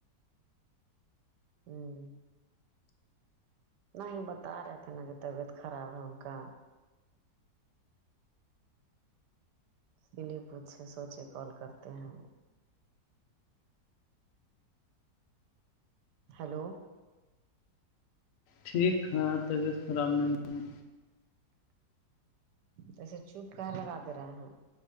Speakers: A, on the right (about 75°); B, on the left (about 60°).
A: ہوں نہیں بتا رہے تھے نا کہ طبیعت خراب ہے ان کا اسی لیے پوچھے سوچے کال کرتے ہیں وہ ہیلو
B: ٹھیک ہے طبیعت خراب نہیں ہے
A: توسے چوپ کہاں لگا دے رہے ہیں